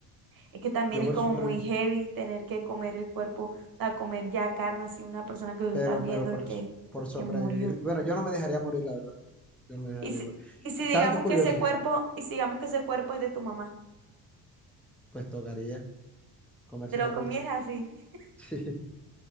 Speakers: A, on the right; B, in the centre.
A: Es que también
B: Yo
A: es
B: por
A: como
B: supervivir,
A: muy heavy tener que comer el cuerpo, o sea, comer ya carne así, una persona que tú
B: pero,
A: estás viendo
B: pero por,
A: y que,
B: por sobrevivir.
A: que murió.
B: Bueno, yo no me dejaría morir, la verdad. Yo no me dejaría
A: Y si,
B: morir.
A: y si digamos
B: ¿Sabes qué es curioso?
A: que ese cuerpo, y si digamos que ese cuerpo es de tu mamá,
B: Pues tocaría comerse
A: te lo
B: la
A: comieras
B: cucha.
A: así, <laughs>
B: <laughs> Sí,